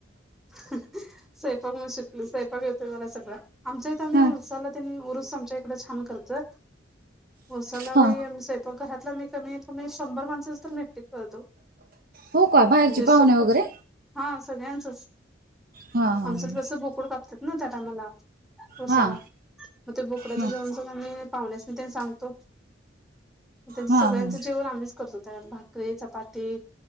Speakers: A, in the centre; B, on the right.
A: <inaudible> स्वयंपाक म्हणौन शिकली, स्वयपाक येतोय मला सगळा आमच्या इथं आम्ही
B: हां
A: ऊरूसला तेन् उरुस आमच्या छान करतोयत ऊरुसाला
B: हां
A: बी आम् सेट घरातलं मी कमीत- कमी शंभर माणसाच तर मी एकटी करतो.
B: हो का बाहेरचे
A: म्हणजे सुकं
B: पाहुणे वगैरे
A: हा सगळ्यांचच.
B: हां हां
A: आमच्याकड कसं बोकडं कापतात ना त्या टाइमाला, ऊरुसाला
B: हां
A: मग ते बोकड्याचं
B: हां
A: जेवण मग आम्ही पाहुण्यासनी तेन् सांगतो त्यांच
B: हां
A: सगळ्यांचं
B: हां हां
A: जेवण आम्हीच करतो तयार, भाकरी, चपाती